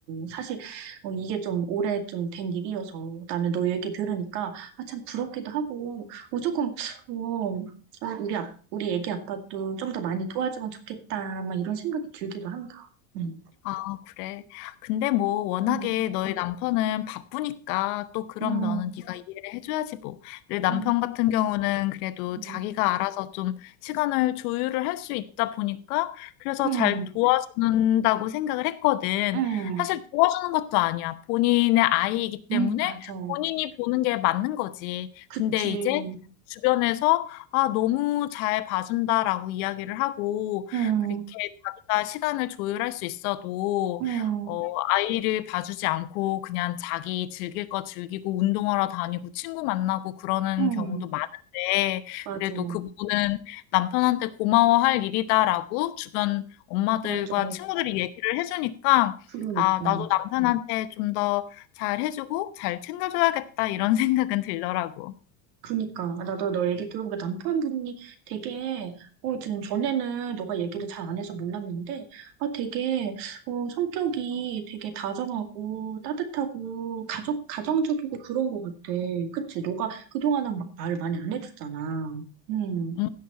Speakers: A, on the right; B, on the left.
A: 사실, 어, 이게 좀 오래 좀 된 일이어서 나는 너 얘기 들으니까, 아, 참 부럽기도 하고, 어, 조금, 어, 아, 우리, 아- 우리 애기 아빠도 좀 더 많이 도와주면 좋겠다, 막 이런 생각이 들기도 한다. 음.
B: 아, 그래. 근데 뭐 워낙에
A: 음,
B: 너희 남편은 바쁘니까 또 그런
A: 음,
B: 면은 네가 이해를 해줘야지 뭐. 내 남편
A: 음,
B: 같은 경우는 그래도
A: 음,
B: 자기가 알아서 좀 시간을 조율을 할 수 있다 보니까 그래서
A: 음,
B: 잘 도와준다고 생각을 했거든.
A: 음,
B: 사실 도와주는 것도 아니야. 본인의 아이이기 때문에
A: 음, 맞아.
B: 본인이 보는 게 맞는 거지.
A: 그치.
B: 근데 이제 주변에서 아, 너무 잘 봐준다라고 이야기를 하고
A: 음,
B: 그렇게 자기가 시간을 조율할 수 있어도
A: 음,
B: 어 아이를 봐주지 않고 그냥 자기 즐길 거 즐기고 운동하러 다니고 친구 만나고 그러는
A: 음,
B: 경우도 많은데
A: 맞아.
B: 그래도 그 부분은 '남편한테 고마워할 일이다.'라고 주변 엄마들과
A: 맞아.
B: 친구들이 얘기를 해 주니까
A: 그러니까.
B: '아 나도 남편한테 좀 더 잘해 주고 잘 챙겨 줘야겠다.' 이런 <laughs> 생각은 들더라고.
A: 그니까. 나도 너 얘기 들어보니까 남편분이 되게, 어, 지금 전에는 너가 얘기를 잘 안 해서 몰랐는데, 아, 되게, 어, 성격이 되게 다정하고 따뜻하고 가족, 가정적이고 그런 것 같아. 그치? 너가 그동안은 막 말을 많이 안 해줬잖아. 음.
B: 음